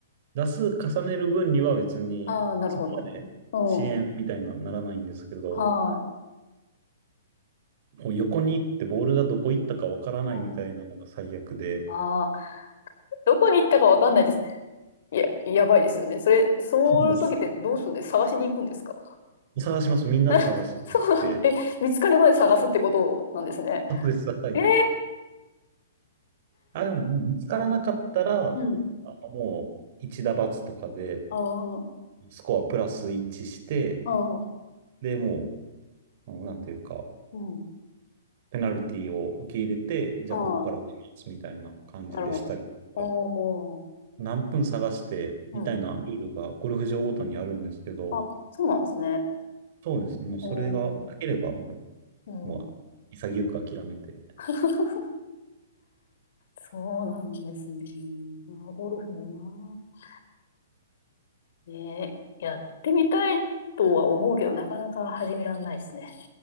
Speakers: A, on the right; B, on the left.
A: 打数重ねる分には別に、
B: あ、ああ、なるほど。
A: そこまで遅延みたいなのにならないんですけど、
B: うん。はい。
A: もう横に行ってボールがどこ行ったかわからないみたいなのが最悪で、
B: うん。ああどこに行ったかわかんないです。いや、やばいですよね。それ、そういう時ってどうするんです探しに行くんですか
A: そうです。探します。みんなで探して。
B: <laughs> そうなん、え、見つかるまで探すってことなんですね。
A: そうです。はい。
B: えー、
A: あ、でも、もう見つからなかったら、
B: うん。うん。
A: あの、もう、一打罰とかで、
B: あ
A: スコアプラス1して、
B: あ、ああ、
A: で、もう、うんなんていうか、
B: うん。
A: ペナルティを受け入れて、じゃあここから打ちますみたいな感じでしたりとか、
B: ああ。なるほど。おー、
A: 何分探してみたいなルールがゴルフ場ごとにあるんですけど、
B: うん。あ、そうなんですね。
A: そうですね、もうそれがなければも
B: おー、うん。
A: う、もう潔く諦めて。
B: <laughs> そうなんですね。まあ、ゴルフもな。ねえ、やってみたいとは思うけど、なかなか始めらんないですね。